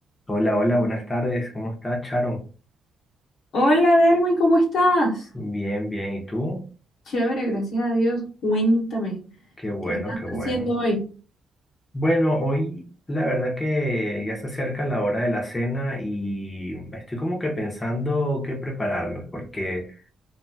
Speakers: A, on the left; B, on the left.
A: Hola, hola, buenas tardes. ¿Cómo estás, Charon?
B: Hola Derwin, ¿cómo estás?
A: Bien, bien. ¿Y tú?
B: Chévere, gracias a Dios. Cuéntame,
A: Qué bueno,
B: ¿qué estás
A: qué bueno.
B: haciendo hoy?
A: Bueno, hoy la verdad que ya se acerca la hora de la cena y estoy como que pensando qué prepararme, porque,